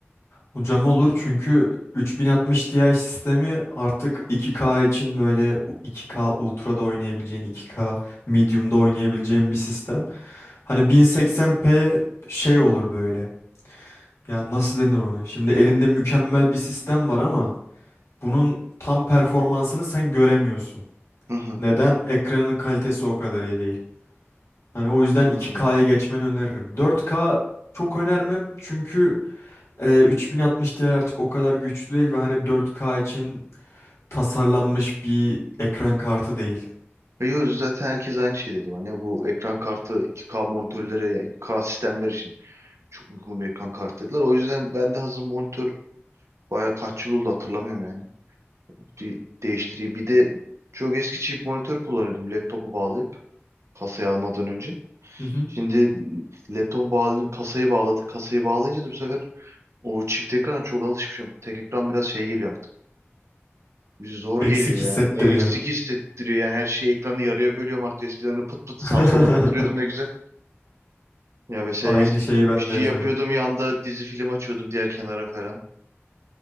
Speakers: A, on the left; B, on the right.
A: Hocam olur çünkü 3060 Ti sistemi artık 2K için böyle 2K Ultra'da oynayabileceğin, 2K Medium'da oynayabileceğin bir sistem. Hani 1080p şey olur böyle. Ya nasıl denir onu? Şimdi elinde mükemmel bir sistem var ama bunun tam performansını sen göremiyorsun.
B: Hı hı.
A: Neden? Ekranın kalitesi o kadar iyi değil. Hani o yüzden 2K'ya
B: Hı.
A: geçmeni öneririm. 4K çok önermem çünkü Ee, 3060 Ti artık o kadar güçlü değil ve hani 4K için tasarlanmış bir ekran kartı değil.
B: E yo, zaten herkes aynı şey dedi bana. Ya bu ekran kartı iki k monitörlere ya iki k sistemler için çok uygun bir ekran kartı dediler. O yüzden ben de hazır monitör Baya kaç yıl oldu hatırlamıyorum yani. Bir değiştireyim. Bir de çok eski çift monitör kullanıyordum laptopu bağlayıp kasayı almadan önce.
A: Hı hı.
B: Şimdi laptopu bağladım, kasayı bağladık. Kasayı bağlayınca da bu sefer o çift ekrana çok alışmışım. Tek ekran biraz şey geliyor artık. Zor
A: Eksik
B: geliyor
A: hissettiriyor.
B: yani. E, eksik hissettiriyor yani her şeyi ekranı yarıya bölüyorum artık. Eskiden öyle pıt pıt
A: <laughs>
B: sağa sola tıklıyordum ne güzel. Ya mesela
A: Aynı
B: eski
A: şeyi ben
B: bir şey
A: de yaşadım.
B: yapıyordum yanda dizi film açıyordum diğer kenara falan.